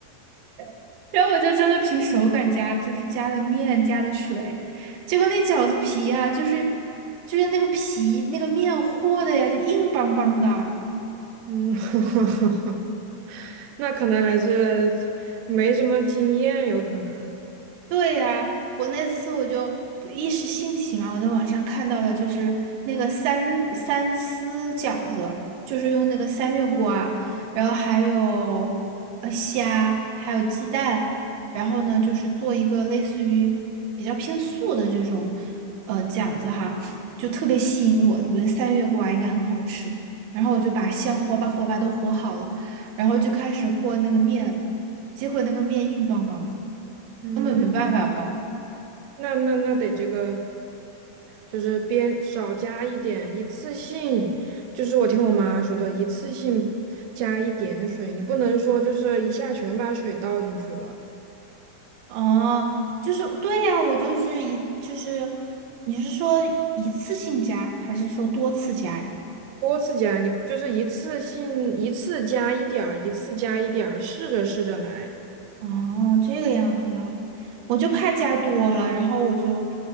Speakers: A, on the right; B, on the right.
A: <laughs> 然后我就真的凭手感加，就是加的面加的水，结果那饺子皮啊，就是就是那个皮那个面和的呀，就硬邦邦的。
B: 嗯，<laughs> 那可能还是没什么经验，有可能。
A: 对呀，我那次我就一时兴起嘛，我在网上看到了，就是那个三三丝饺子，就是用那个三月瓜，然后还有呃虾，还有鸡蛋，然后呢就是做一个类似于比较偏素的这种呃饺子哈，就特别吸引我，觉得三月瓜应该很好吃，然后我就把馅和吧和吧都和好了，然后就开始和那个面，结果那个面硬邦邦的。
B: 嗯，
A: 根本没办法包。
B: 那那那得这个，就是边少加一点，一次性，就是我听我妈说的，一次性加一点水，你不能说就是一下全把水倒进去了，
A: 哦，就是对呀，我就是一就是，你是说一次性加还是说多次加呀？
B: 多次加，你就是一次性一次加一点儿，一次加一点儿，试着试着来。
A: 哦，这个样子啊，我就怕加多了，然后我就